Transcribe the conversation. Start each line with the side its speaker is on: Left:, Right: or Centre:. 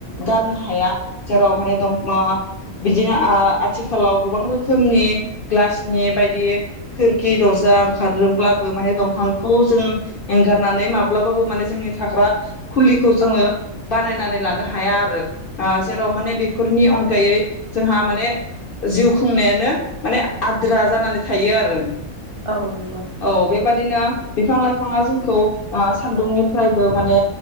Left: गारनो हा हाया। जेराव माने दम आ बिदिनो आ आथिखालाव गोबां रोखोमनि ग्लासनि बायदि खोरखि दरजा ओंखारदोंब्लाबो माने दंफांखौ जों एंगारनानै माब्लाबाबो माने जोंनि थाग्रा। खुलिखौ जोङो
Right: औ
Left: बानायनानै लानो हा हाया आरो। ओ जेराव माने बेफोरनि अनगायै। जोंहा माने जिउ खुंनायानो माने आद्रा जानानै थायो आरो।
Right: औ नंगौ
Left: औ बेबादिनो। बिफां लाइफाङा जोंखौ ओ सान्दुंनि फ्रायबो माने